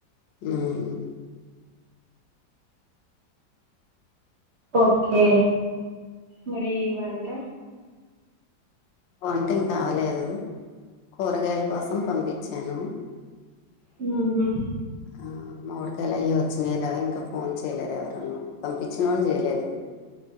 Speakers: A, on the left (about 80°); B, on the right (about 70°).
A: హ్మ్
B: ఓకే మరి వంట
A: వంట ఇంకా అవ్వలేదు కూరగాయల కోసం పంపించాను
B: హ్మ్ హు
A: ఆ మామిడికాయలు అవ్వి వచ్చినయి లేవ ఇంకా ఫోన్ చేయలేదు, ఎవరును పంపించిన వాళ్ళు చేయలేదు.